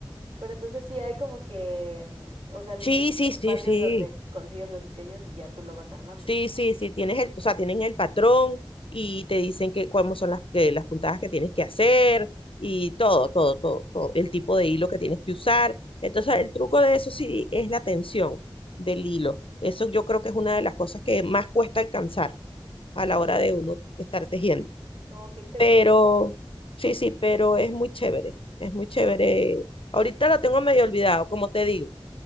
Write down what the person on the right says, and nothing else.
Pero entonces sí hay como que, mm, o sea, l-
es-
espacios
donde consigues los diseños y ya tú lo vas armando.
Mm,
Oh, qué interesante.